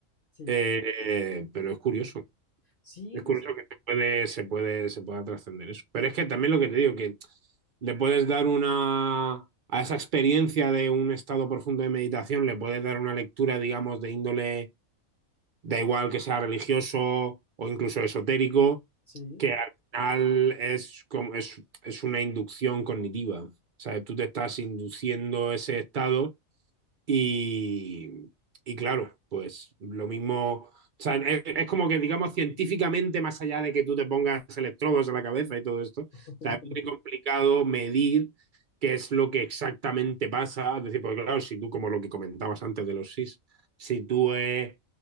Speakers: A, on the left (about 50°); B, on the right (about 55°).
A: Sí,
B: Eh, pero es curioso.
A: sí,
B: Es curioso
A: pues
B: que se puede, se puede, se pueda trascender eso. Pero es que también lo que te digo, que le puedes dar una a esa experiencia de un estado profundo de meditación, le puedes dar una lectura, digamos, de índole, da igual que sea religioso o incluso esotérico,
A: sí,
B: que al final es, como, es, es una inducción cognitiva. O sea, tú te estás induciendo ese estado y, y claro, pues lo mismo. O sea, es, es, como que, digamos, científicamente, más allá de que tú te pongas electrodos en la cabeza y todo esto, o
A: <laughs>
B: sea, es muy complicado medir qué es lo que exactamente pasa. Es decir, pues claro, si tú, como lo que comentabas antes de los SIS, si tú eh,